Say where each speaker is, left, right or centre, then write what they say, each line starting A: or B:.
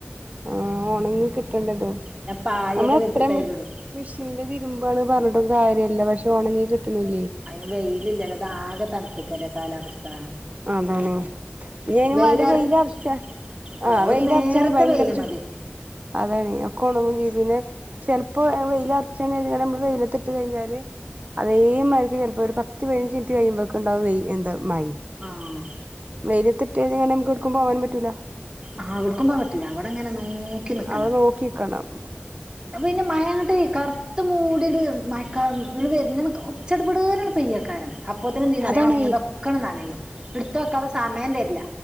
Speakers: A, on the right; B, on the right.
A: ആ ഒണങ്ങി കി- <unintelligible>
B: ഞാൻ പായൊക്കെ
A: നമ്മള
B: വിരിച്ചിട്ട്
A: എത്രയും
B: അതിലിടും
A: - മിഷീനില് തിരുമ്പാണ് പറഞ്ഞിട്ടും കാര്യമില്ല പക്ഷെ ഒണങ്ങി കിട്ടണില്ലേ
B: അതിന് വെയിലില്ലാലോ ഇതാകെ തണുത്ത്ക്കല്ലെ കാലാവസ്ഥ
A: അതാണ് ഇനി അയിനും
B: വെയിലാർ
A: വാണ്ടി വെയിലറച്ചാ
B: -
A: ആഹ്
B: ഒരു
A: വെയിലറച്ചാണെങ്കി
B: നേരത്തെ
A: ഭയങ്കര
B: വെയില് മതി
A: ചൂ അതാണ് ഒക്കെ ഒണങ്ങുവേം ചെയ്യും പിന്നെ - ചെലപ്പോ ആ വെയില് ഒറച്ചു കഴിഞ്ഞാല് നമ്മള് വെയിലത്തിട്ട് കഴിഞ്ഞാല്- അതേ മായ്രിക്ക് ചെലപ്പോൾ ഒരു പത്ത് പതിനഞ്ച് മിനിറ്റ് കഴിയുമ്പോ ഒണ്ടാവും വെയില് എന്താ മഴയും
B: ആഹ്
A: വെയിലത്തിട്ടു കഴിഞ്ഞാൽ നമുക്ക് എവിടേക്കും പോവാനും പറ്റൂല്ല
B: ആ എവിടുക്കും പോവാൻ പറ്റില്ല അവിടെ അങ്ങനെ നോക്കി നിക്കും
A: അവടെ നോക്കിനിക്കണം
B: അത് പിന്നെ മഴയങ്ങോട്ട് കറുത്ത് മൂടിട് മഴ- ഇവള് വെരുന്ന കണക്ക് ചട പട്ന്ന് അങ്ങ് പെയ്യക്കാരം അപ്പോത്തിന്ന് എന്ത് ചെയ്യുമോന്നറിയുമോ
A: അതാണേ
B: ഒണങ്ങിയതൊക്കെ നനയും എടുത്ത വെക്കാനുള്ള സമയം തരില്ല